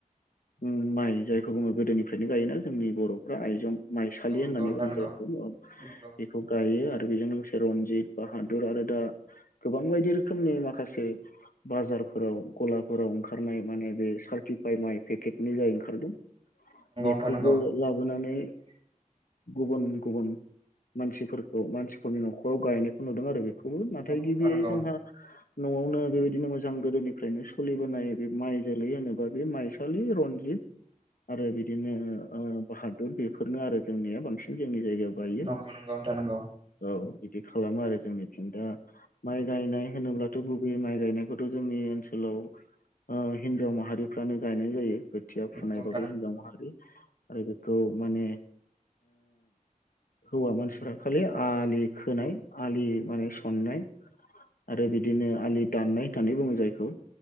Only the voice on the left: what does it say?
उम माइ जायखौ बुङो गोदोनिफ्रायनो गायोना जोंनि बर'फ्रा आइजं माइसालि
होननानै बुङो
जायखौ
बेखौ गायो आरो आरो बेजों लोगोसे रनजित बाहादुर आरो दा गोबां बायदि रोखोमनि माखासे बाजारफोराव गलाफोराव ओंखारनाय माने बे सार्टिफाइ माइ पेकेटनि जाय ओंखारदों बेखौबो
लाबोनानै
गुबुन गुबुन मानसिफोरखौ मानसिफोरनि न'खराव गायनायखौ नुदों आरो बे खौबो नाथाय
गिबियै
जोंहा न'आवनो बेबायदिनो मोजां गोदोनिफ्रायनो सोलिबोनाय बे माइ जोलै होनोबा बे माइ सालि रनजित आरो बिदिनो बाहादुर बेफोरनो आरो जोंनिया बांसिन जोंनि जायगायाव गायो
औ बिदि खालामो आरो जोंनिथिं दा माइ गायनाय होनोब्लाथ' गुबैयै माइ गायनायखौथ' जोंनि ओनसोलाव हिनजाव माहारिफ्रानो गायनाय जायो खोथिया
फुनायबाबो हिनजाव माहारि आरो बे खौ माने हौवा मानसिफ्रा खालि आलि खोनाय आलि माने सननाय आरो बिदिनो आलि दाननाय बुङो जायखौ